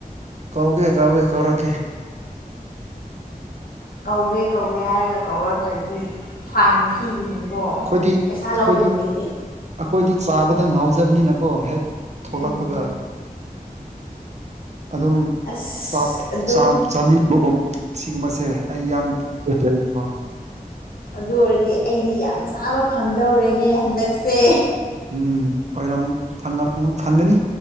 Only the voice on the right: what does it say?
ꯀꯧꯒꯦ ꯀꯥꯎꯒꯦ ꯀꯧꯔꯛꯀꯦ
ꯑꯩꯈꯣꯏꯗꯤ
ꯑꯩꯈꯣꯏꯗꯤ
ꯑꯩꯈꯣꯏꯗꯤ ꯆꯥꯕꯗ ꯉꯥꯎꯖꯕꯅꯤꯅꯀꯣ ꯍꯦꯛ ꯊꯣꯛꯂꯛꯄꯒ
ꯑꯗꯨꯝ
ꯆꯥꯞ
ꯆ ꯥ ꯆꯥꯃꯤꯟꯕꯒꯨꯝ ꯁꯤꯒꯨꯝꯕꯁꯦ ꯑꯩ ꯌꯥꯝ ꯕꯦꯠ ꯂꯩꯀꯣ
ꯎꯝ ꯑꯣꯏꯔꯝ ꯐꯪꯪꯉꯝ ꯐꯪꯒꯅꯤ